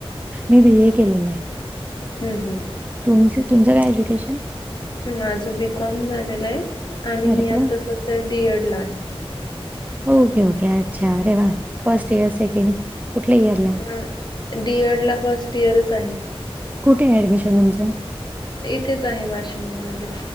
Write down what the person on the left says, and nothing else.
हंम्म हम्म.
माझं बीकॉम झालेलं आहे आणि मी
आता सध्या डीएड ला आहे.
ग डीएड ला फर्स्ट इयरच आहे.
इथेच आहे वाशिम मधे.